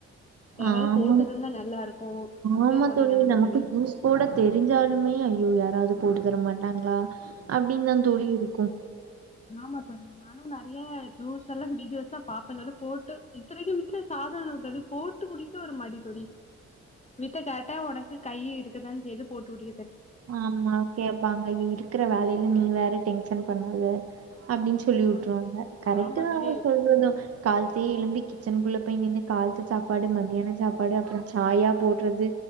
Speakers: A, on the left; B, on the right.
A: யாராது
B: ஆமா
A: போட்டு தந்தா நல்லார்க்கு அப்டின்னு
B: ஆமா
A: ஒரு நெலெம
B: நமக்கு
A: தோழி
B: ஜூஸ் போட தெரிஞ்சாலுமே ஐயோ யாராவது போட்டு தரமாட்டாங்ளா அப்டின் தா தோழி இருக்கு
A: ஆமா தோழி நானு நெறைய ஜூஸ் எல்லா வீடியோஸ்லா பாப்பெ தோழி போட்டு இது வரக்கு மிக்க சாதன <unintelligible> போட்டு போட்டு குடிக்க ஒரு மடிதோழி விட்டா கேட்டா உனக்கு கை இருக்கதா செய்து போட்டு குடி
B: ஆமா கேப்பாங்க இருக்குற வேலயில நீ வேற டென்ஷன் பண்ணாத அப்டின் சொ சொல்லி வுட்ருவாங்க
A: ஆ
B: கரெட்டு
A: ஆமா
B: தா
A: தோழி.
B: அவங்க சொல்றது காலத்தையே எலும்பி கிச்சனுக்குள்ள போய் நின்னு கால்த்த சாப்பாடு மத்தியான சாப்பாடு அப்றம் சாயா போட்றது